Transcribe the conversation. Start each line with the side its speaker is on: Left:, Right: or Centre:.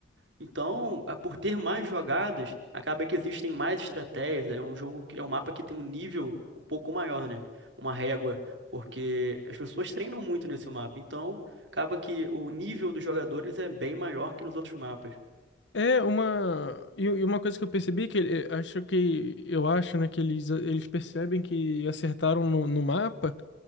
Right: Então, a- por ter mais jogadas, acaba que existem mais estratégias. É um jogo, que- é um mapa que tem um nível um pouco maior, né? Uma régua, porque as pessoas treinam muito nesse mapa. Então, acaba que o nível dos jogadores é bem maior que nos outros mapas.
Left: É uma e e uma coisa que eu percebi que ele- acho que eu acho, né, que eles eles percebem que acertaram no, no mapa,